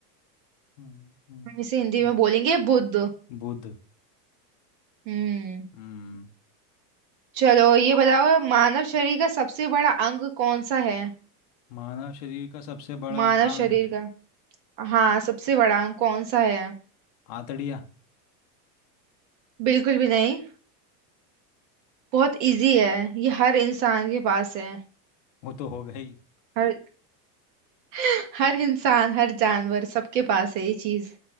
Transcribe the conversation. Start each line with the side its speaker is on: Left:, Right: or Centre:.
Left: हम्म, हम्म,
Right: हम इसे हिंदी में बोलेंगे बुध
Left: बुध
Right: हम्म
Left: हम्म
Right: चलो ये बताओ मानव शरीर का सबसे बड़ा अंग कौन सा है
Left: मानव शरीर का सबसे बड़ा
Right: मानव
Left: अंग
Right: शरीर का हाँ सबसे बड़ा अंग कौन सा है
Left: आतड़िया
Right: बिल्कुल भी नहीं बहुत इजी है ये हर इंसान के पास है
Left: वो तो हो गई
Right: हर <laughs> हर इंसान हर जानवर सबके पास है ये चीज